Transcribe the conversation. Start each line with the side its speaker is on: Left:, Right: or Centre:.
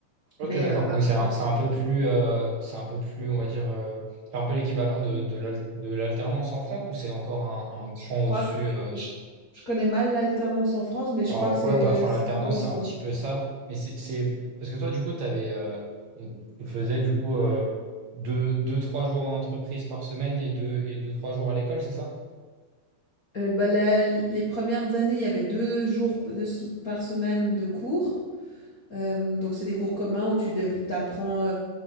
Right: Ok,
Left: Mais
Right: d'accord.
Left: heu, après,
Right: Donc c'est un, c'est un peu plus, euh, c'est un peu plus, on va dire, euh, c'est un peu l'équivalent de, de l'al- de l'alternance en France ou c'est encore un, un
Left: je
Right: cran au-dessus
Left: crois que
Right: euh
Left: je je connais mal l'alternance en France, mais je
Right: Alors
Left: crois que c'est
Right: ouais, bah, enfin
Left: ça
Right: l'alternance
Left: correspond.
Right: c'est un petit peu ça, mais c'est, c'est- parce que toi du coup t'avais, euh, on- tu faisais du coup euh, deux, deux, trois jours en entreprise par semaine et deux et deux, trois jours à l'école, c'est ça?
Left: Heu, bah, la les premières années, il y avait 2 jours p de s par semaine de cours. Hem, donc c'est des cours communs où tu apprends,